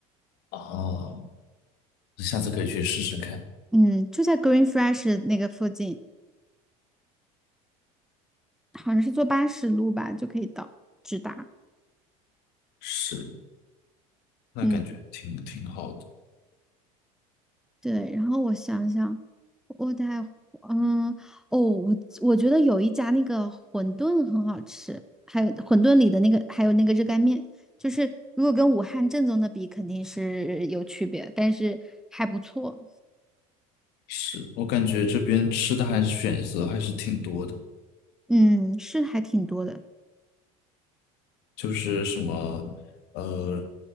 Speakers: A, on the left; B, in the centre.
A: 哦，下次可以去试试看。
B: 嗯，就在 Green Fresh 那个附近，好像是坐八十路吧就可以到，直达。
A: 是，那感觉挺挺好的。
B: 嗯，对。然后我想想，我在嗯哦，我我觉得有一家那个馄饨很好吃，还有馄饨里的那个，还有那个热干面。就是如果跟武汉正宗的比，肯定是有区别，但是还不错。
A: 是，我感觉这边吃的还是选择还是挺多的，
B: 嗯，是还挺多的。
A: 就是什么呃